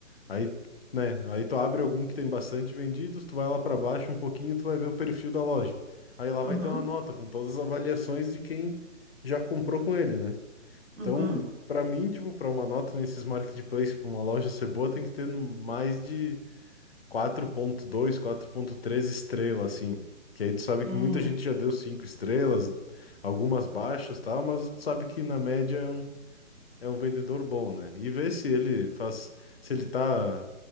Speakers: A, on the left; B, on the right.
A: Aí, né? Aí tu abre algum que tem bastante vendidos, tu vai lá pra baixo um pouquinho, tu vai ver o perfil da loja. Aí lá
B: uhum,
A: vai ter uma nota com todas as avaliações de quem já comprou com ele, né?
B: uhum,
A: Então, pra mim, tipo, pra uma nota nesses marketplaces, pra uma loja ser boa, tem que ter no- mais de 4.2, 4.3 estrelas, assim. Que aí tu sabe
B: hum,
A: que muita gente já deu 5 estrelas, algumas baixas, tal, mas tu sabe que na média é um é um vendedor bom, né? E ver se ele faz, se ele tá